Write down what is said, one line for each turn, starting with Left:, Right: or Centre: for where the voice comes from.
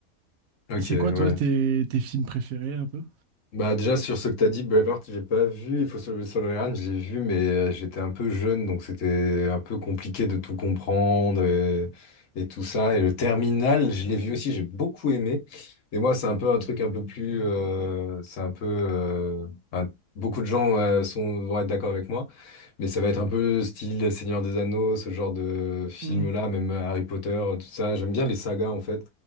Left: Ok,
Right: C'est
Left: ouais.
Right: quoi, toi, tes, tes films préférés, un peu?
Left: Bah déjà sur ce que t'as dit, Braveheart, j'ai pas vu. Il faut sauver le soldat Ryan, j'ai vu, mais euh, j'étais un peu jeune, donc c'était un peu compliqué de tout comprendre et, et tout ça. Et le Terminal, je l'ai vu aussi, j'ai beaucoup aimé. Mais moi, c'est un peu un truc un peu plus, euh, c'est un peu, euh, enfin, beaucoup de gens euh, sont vont être d'accord avec moi, mais ça va être un peu style Seigneur des Anneaux, ce genre de film-là,
Right: Hmm,
Left: même Harry Potter, tout ça. J'aime bien les sagas en fait.